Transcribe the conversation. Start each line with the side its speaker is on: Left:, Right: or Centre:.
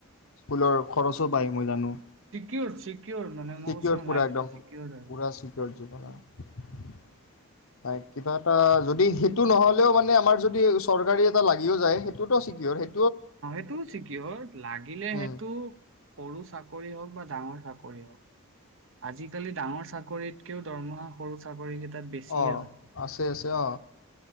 Left: স্কুলৰ খৰচো পায় মই জানো।
Right: চিক্যুৰ্ড, চিকিউৰ মানে
Left: ছিকিয়ৰ
Right: মই কৈছোঁ
Left: পুৰা
Right: লাইফটো
Left: একদম
Right: চিক্যুৰ্ড আৰু।
Left: পুৰা <unintelligible> নাই, কিবা এটা যদি সেইটো নহ'লেও মানে আমাৰ যদি চৰকাৰী এটা লাগিও যায় সেইটোতো চিকিউৰ, সেই
Right: অহ সেইটোও চিক্যুৰ্ড, লাগিলে
Left: উম
Right: সেইটো সৰু চাকৰি হওঁক বা ডাঙৰ চাকৰি হওঁক। আজিকালি ডাঙৰ চাকৰিতকেও দৰমহা সৰু চাকৰি কেত ত বেছিয়ে
Left: অ
Right: হয়,
Left: আছে আছে অ